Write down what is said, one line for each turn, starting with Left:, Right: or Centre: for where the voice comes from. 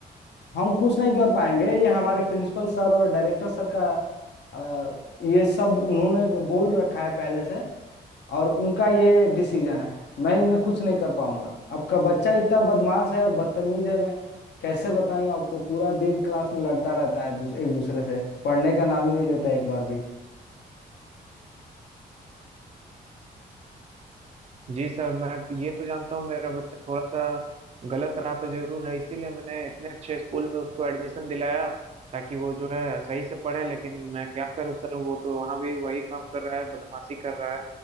Left: हम कुछ नहीं कर पाएंगे ये हमारे प्रिंसिपल सर और डायरेक्टर सर का अ, ये सब उन्होंने बोल रखा है पहले से और उनका ये डिसीजन है मैं इनमें कुछ नहीं कर पाऊंगा आपका बच्चा इतना बदमाश है और बदतमीज है मैं कैसे बताऊं आपको पूरा दिन क्लास में लड़ता रहता है दूस, एक दूसरे से पढ़ने का नाम ही नहीं लेता एक बार भी
Right: जी सर मैं ये तो जानता हूँ मेरा बच्चा थोड़ा सा गलत राह पे जरूर है इसीलिए मैंने इतने अच्छे स्कूल में उसको एडमिशन दिलाया ताकि वो जो है सही से पढ़े लेकिन मैं क्या करूँ सर वो तो वहाँ भी वही काम कर रहा है बदमाशी कर रहा है